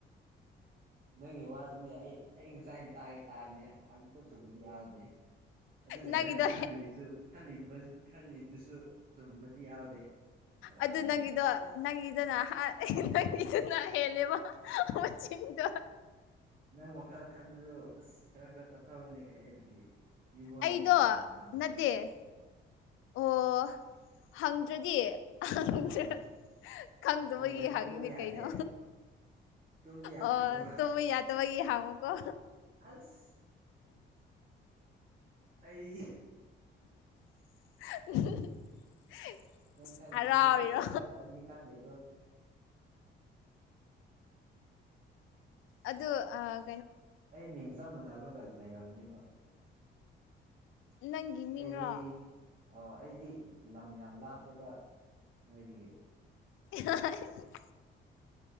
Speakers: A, on the right; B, on the left.
A: ꯅꯪꯒꯤ ꯋꯥꯁꯤꯅꯦ ꯑꯩ ꯑꯩ ꯉꯁꯥꯏ ꯑꯩꯅ ꯇꯥꯒꯦ ꯇꯥꯕꯗꯤ ꯑꯛꯇ ꯆꯨꯝꯕ ꯌꯥꯎꯔꯗꯤꯦ ꯑꯗꯨꯒ
B: ꯅꯪꯒꯤꯗꯣ
A: ꯅꯪꯅ ꯈꯜꯂꯤꯁꯨ ꯈꯜꯂꯤ ꯈꯜꯂꯤꯗꯨꯁꯨ ꯇꯨꯝꯕꯁꯨ ꯌꯥꯎꯗꯦ ꯑꯔꯥꯟꯕ
B: ꯑꯗꯨ ꯅꯪꯒꯤꯗꯣ
A: ꯉꯥꯛꯇ ꯇꯠ
B: ꯅꯪꯒꯤꯗꯅ ꯅꯪꯒꯤꯗꯨꯅ ꯍꯦꯜꯂꯦꯕ ꯍ ꯆꯤꯟꯗ
A: ꯅꯪ ꯋꯥꯈꯜ ꯈꯟꯕꯗꯨ ꯑꯁ ꯈꯔ ꯈꯔ ꯇꯞꯊꯕꯅꯦ ꯀꯗꯒꯤ ꯃꯤꯣꯟꯗꯒ
B: ꯑꯩꯗꯣ
A: ꯍꯪ ꯃꯗꯅ
B: ꯅꯠꯇꯦ ꯑꯣ ꯍꯪꯗ꯭ꯔꯗꯤꯪꯗ꯭ꯔꯦ
A: ꯑꯥ
B: ꯈꯪꯗꯕꯒꯤ
A: ꯍꯪꯗ꯭ꯔꯗꯤ
B: ꯍꯪꯉꯤꯅꯦ
A: ꯇꯨꯝꯕ ꯌꯥꯗ꯭ꯔꯦ
B: ꯀꯩꯅꯣ
A: ꯇꯨꯝꯕ ꯌꯥꯗ꯭ꯔꯕꯣ
B: ꯑ ꯇ ꯃ ꯌꯥ ꯇꯃꯛꯒꯤꯍꯉꯨ ꯀ
A: ꯑꯁ ꯑꯩ
B: <unintelligible> <inaudible>
A: ꯅꯪ ꯈꯥꯏ
B: ꯍꯔꯥꯎꯔꯤꯔꯣ
A: ꯏꯗ ꯂꯣ ꯏꯂ ꯍꯥꯏꯦꯣꯗꯤ ꯀꯥꯟꯗꯣ
B: ꯑꯗꯨꯗ ꯑ
A: ꯑꯩ ꯃꯤꯡ ꯆꯞ ꯃꯥꯟꯅꯕꯒ ꯂꯩꯔꯝꯃꯅꯦꯕ
B: ꯅꯪꯒꯤ ꯃꯤꯡꯔꯣ
A: ꯑꯩꯗꯤ ꯑꯣ ꯑꯩꯗꯤ ꯂꯝ ꯌꯥꯝ ꯂꯥꯞꯄꯦꯕ ꯅꯣꯏꯗꯒꯤ
B: ꯍ <unintelligible> <inaudible>